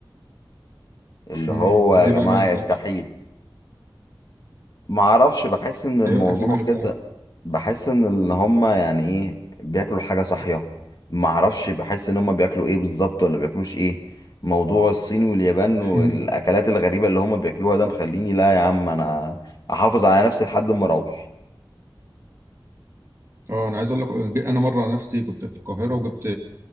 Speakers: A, on the left (about 50°); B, on the right (about 30°).
A: اللي
B: امم
A: هو
B: ليه
A: يا جماعه
B: بقى ماله
A: يستحيل
B: الاكل
A: ما اعرفش بحس ان الموضوع
B: ايوه الاكل ماله بتاعه
A: كده بحس ان اللي هم يعني ايه بياكلوا الحاجه صحيه ما اعرفش بحس ان هم بياكلوا ايه بالظبط ولا بياكلوش ايه موضوع الصين واليابان
B: <laughs>
A: والاكلات الغريبه اللي هم بياكلوها ده مخليني لا يا عم انا احافظ على نفسي لحد ما اروح
B: اه انا عايز اقول لك انا مره نفسي كنت في القاهره وجبت